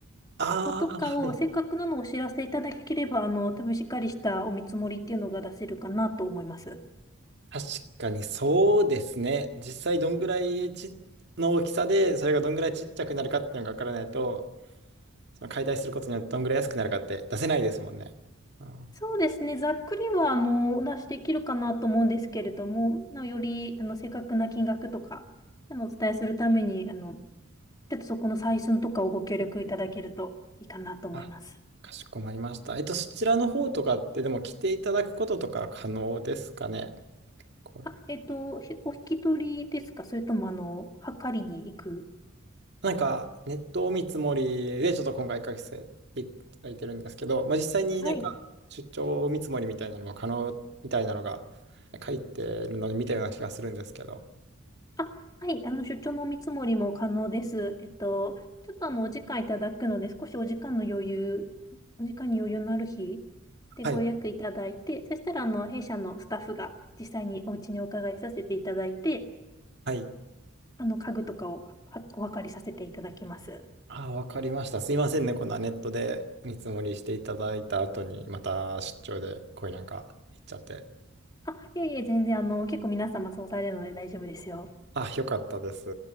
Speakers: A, on the right; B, on the left.
A: ああ、
B: ま、とかを、
A: はい。
B: せっかくなのをお知らせいただければ、あの、多分しっかりしたお見積もりっていうのが出せるかなと思います。
A: 確かにそうですね。実際どんぐらいちの大きさで、それがどんぐらいちっちゃくなるかっていうのがわからないと、その解体することによってどんぐらい安くなるかって出せないですもんね。あー、
B: そうですね。ざっくりは、あの、お出しできるかなと思うんですけれども、あのより、あの、正確な金額とか、あの、お伝えするために、あの、ちょっとそこの採寸とかをご協力いただけるといいかなと思います。
A: あかしこまりました。えっと、そちらの方とかってでも来ていただくこととか可能ですかね。これ
B: あ、えっと、ひお引き取りですかそれとも、あの、測りに行く。
A: なんか、ネットを見積もりで、ちょっと今回書かせていただいてるんですけど、まあ、実際になんか、
B: はい。
A: 出張見積もりみたいなのも可能みたいなのが書いてるので見たような気がするんですけど。
B: あ、はい。あの、出張も見積もりも可能です。えっと、ちょっとあの、お時間いただくので、少しお時間の余裕、お時間に余裕のある日でご予約いただいて、
A: はい。
B: そしたら、あの、弊社のスタッフが実際にお家にお伺いさせていただいて、
A: はい。
B: あの、家具とかをはお分かりさせていただきます。
A: あわかりました。すいませんね。こんなネットで見積もりしていただいた後に、また出張でこういうなんか行っちゃって。
B: あ、いえいえ、全然、あの、結構皆様そうされるので大丈夫ですよ。
A: あ、よかったです。